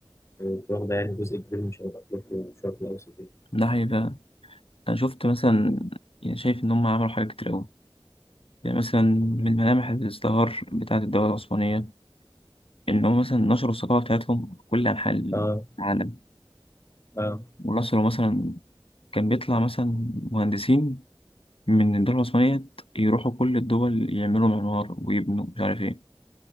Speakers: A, on the left (about 30°); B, on the left (about 85°).
A: يعني واخدة يعني جزء كبير من شمال أفريقيا والشرق الأوسط يعني.
B: ده حقيقة أنا شفت مثلا يعني شايف إن هم عملوا حاجات كتير أوي يعني مثلا من ملامح الازدهار بتاعة الدولة العثمانية إن هم مثلا نشروا الثقافة بتاعتهم في كل أنحاء
A: اه
B: العالم
A: اه
B: ونشروا مثلا كان بيطلع مثلا مهندسين من الدولة العثمانية يروحوا كل الدول يعملوا معمار ويبنوا مش عارف إيه